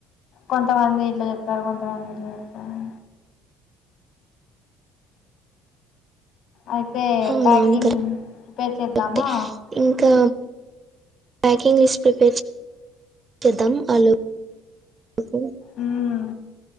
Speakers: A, on the left (about 60°); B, on the right (about 30°).
A: కొంతమంది ఇట్లా చెప్తారు కొంతమంది ఇట్లా చెప్తారు అయితే
B: అవునవును
A: ప్యాకింగ్ ప్రిపేర్ చేద్దామా
B: కరెక్టే ఇంకా ప్యాకింగ్ లిస్ట్ ప్రిపేర్ చే చేద్దాం ఆలో లోపు
A: మ్మ్